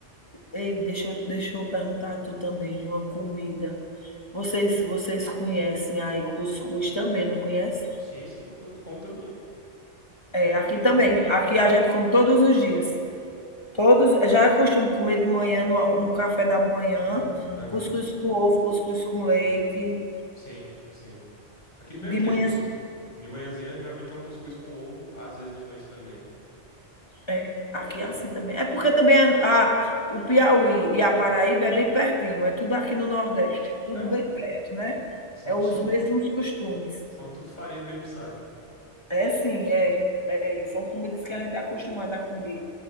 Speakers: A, on the left; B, on the left.
A: Ei, deixa eu, deixa eu perguntar a tu também de uma comida. Vocês, vocês conhecem aí cuscuz também, não conhecem?
B: Sim, sim, tu tu come todo dia.
A: É, aqui também. Aqui a gente come todos os dias. Todos, já é comer de manhã, no, al- no café da manhã,
B: Aham.
A: cuscuz com ovo, cuscuz com leite.
B: Sim, sim. Aqui do mesmo
A: De
B: jeito,
A: manhã,
B: cus... de manhãzinha geralmente é um cuscuz com ovo, às vezes de noite também.
A: É, aqui é assim também. É porque também a, a- o Piauí e a Paraíba é bem pertinho, é tudo aqui no Nordeste, tudo
B: É,
A: bem perto,
B: é.
A: né?
B: São,
A: É os
B: são,
A: mesmos costumes.
B: são tudo farinha do mesmo saco.
A: É sim, é, é. São comidas que a gente é acostumado a comer.